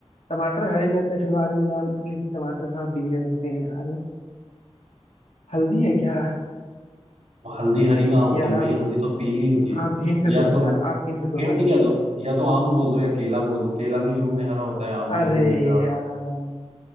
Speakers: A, on the left (about 80°); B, on the right (about 90°).
A: टमाटर हरे रहते हैं फिर बाद में लाल लेकिन टमाटर कहाँ पीले होते हैं यार हल्दी है क्या
B: हल्दी हरी कहाँ होती
A: यार
B: है भाई
A: आप
B: हल्दी तो पीली ही होती है
A: आप हिंट
B: यार
A: दो यार
B: तुम
A: आप हिंट दो
B: हिंट
A: भाई
B: क्या दो या तो आम बोल दो या केला बोल दो केला भी शुरू में हरा होता है आम भी
A: अरे
B: शुरू में हरा होता
A: यार
B: है